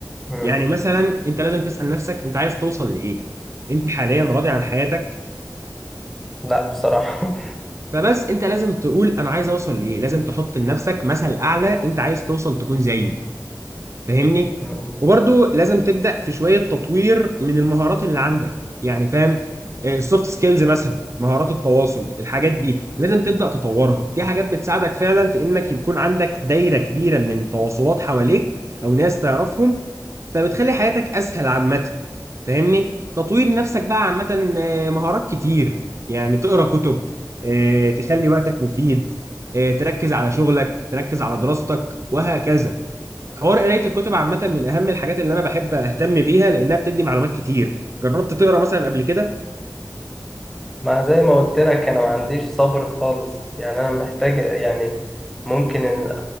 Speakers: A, in the centre; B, on the right.
A: مم.
B: يعني مثلا انت لازم تسأل نفسك انت عايز توصل لإيه انت حاليا راضي عن حياتك
A: لا بصراحه
B: فبس انت لازم تقول انا عايز اوصل لإيه لازم تحط لنفسك مثل اعلى انت عايز توصل تكون زيه فاهمني
A: <laughs>
B: وبرضو لازم تبدأ في شوية تطوير من المهارات اللي عندك يعني فاهم السوفت سكيلز مثلا مهارات التواصل الحاجات دي لازم تبدأ تطورها دي حاجات بتساعدك فعلا في انك يكون عندك دايرة كبيرة من التواصلات حواليك او ناس تعرفهم فبتخلي حياتك اسهل عامة فاهمني تطوير نفسك بقى عامة آه، مهارات كتير يعني تقرا كتب آه، تخلي وقتك مفيد آه، تركز على شغلك تركز على دراستك وهكذا حوار قراية الكتب عامة من أهم الحاجات اللي أنا بحب أهتم بيها لأنها بتدي معلومات كتير جربت تقرا مثلا قبل كده
A: ما زي ما قلت لك انا ما عنديش صبر خالص يعني انا محتاج يعني ممكن ان أ- أ-